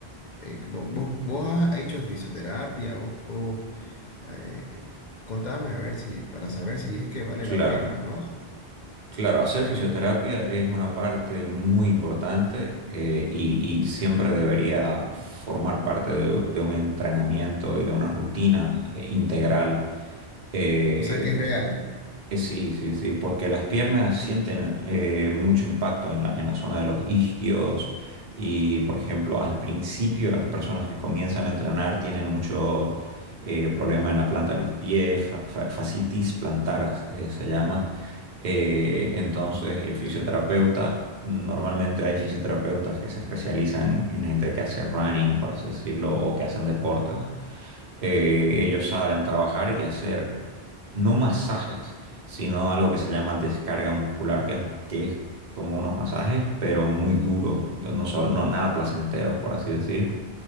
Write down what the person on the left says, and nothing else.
Eh, vo- vos, vos has hecho fisioterapia, vos, vos, eh, contame a ver si, para saber si es que vale
la pena o no.
O sea, que es real.